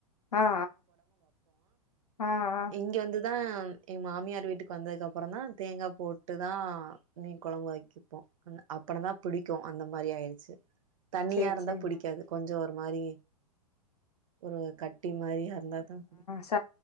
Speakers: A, on the left; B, on the right.
A: ஆ ஆ ஆ ஆ
B: இங்கே வந்து தான் எங்க மாமியார் வீட்டுக்கு வந்ததுக்க அப்பறம் தான் தேங்கா போட்டு தான் மீன் குழம்பு வைக் வைப்போ அப்பறம்தான் புடிக்கும் அந்த மாரி ஆயிடுச்சு தண்ணியா
A: சேரி
B: இருந்தா
A: சேரி
B: புடிக்காது கொஞ்சம் ஒரு மாரி ஒரு கட்டி மாரி இருந்தா தான் புடிக்கும்
A: ச